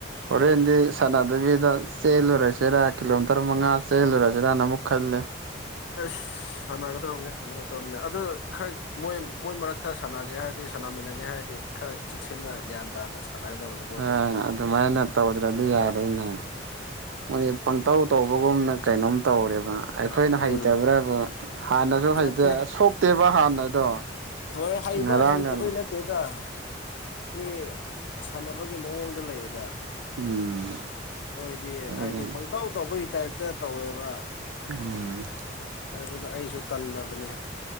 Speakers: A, on the right; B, on the left.
A: ꯍꯣꯔꯦꯟꯗꯤ ꯁꯅꯥꯗꯕꯤꯗ ꯆꯦꯜꯂꯨꯔꯁꯤꯔꯥ ꯀꯤꯂꯣꯃꯤꯇꯔ ꯃꯉꯥ ꯆꯦꯜꯂꯨꯔꯁꯤꯔꯅ ꯑꯃꯨꯛ ꯈꯜꯂꯦ
B: ꯑꯩꯁ ꯁꯥꯟꯅꯒꯗꯕꯅꯦ ꯁꯥꯟꯅꯒꯗꯕꯅꯦ ꯑꯗꯨ ꯈꯔ ꯃꯣꯏ ꯃꯣꯏ ꯃꯔꯛꯇ ꯁꯥꯟꯅꯒꯦ ꯍꯥꯏꯔꯗꯤ ꯁꯥꯟꯅꯃꯤꯟꯅꯒꯦ ꯍꯥꯏꯔꯗꯤ ꯈꯔ ꯆꯦꯛꯁꯤꯟꯅ ꯒ꯭ꯌꯥꯟ ꯇꯥꯅ ꯁꯥꯟꯅꯒꯗꯧꯕꯅꯤ ꯃꯣꯏꯗꯗꯤ
A: ꯑꯥ ꯑꯗꯨꯃꯥꯏꯅ ꯇꯧꯗ꯭ꯔꯗꯤ ꯌꯥꯔꯣꯏꯅꯦ ꯃꯣꯏ ꯄꯪꯇꯧ ꯇꯧ ꯕꯒꯨꯝꯅ ꯀꯩꯅꯣꯝ ꯇꯧꯔꯦꯕ ꯑꯩꯈꯣꯏꯅ
B: ꯎꯝ
A: ꯍꯩꯇꯕ꯭ꯔꯕꯨ ꯍꯥꯟꯅꯁꯨ ꯍꯩꯇꯦ
B: ꯅꯠꯇꯦ
A: ꯁꯣꯛ ꯇꯦꯕ ꯍꯥꯟꯅꯗꯣ
B: ꯍꯣꯏ ꯍꯩꯕꯩ
A: ꯉꯔꯥꯡꯒ
B: ꯍꯩꯇꯕꯩ ꯅꯠꯇꯦꯗ ꯃꯤ ꯁꯥꯟꯅꯕꯒꯤ ꯃꯑꯣꯡꯗ ꯂꯩꯌꯦꯗ ꯑꯩꯈꯣꯏꯗꯤ
A: ꯎꯝ ꯑꯗꯨꯒꯤ
B: ꯍꯥꯏꯗꯤ ꯄꯡ ꯇꯧ ꯇꯧꯕꯒꯤ ꯇꯥꯏꯞꯇ ꯇꯧꯋꯦꯕ
A: ꯎꯝ
B: ꯑꯗꯨꯅ ꯑꯩꯁꯨ ꯇꯜꯂꯕꯅꯦ